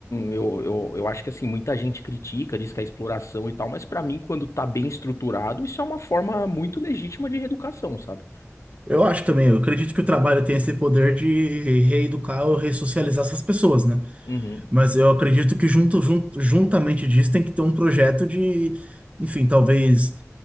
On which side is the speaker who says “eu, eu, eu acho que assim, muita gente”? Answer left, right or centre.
Left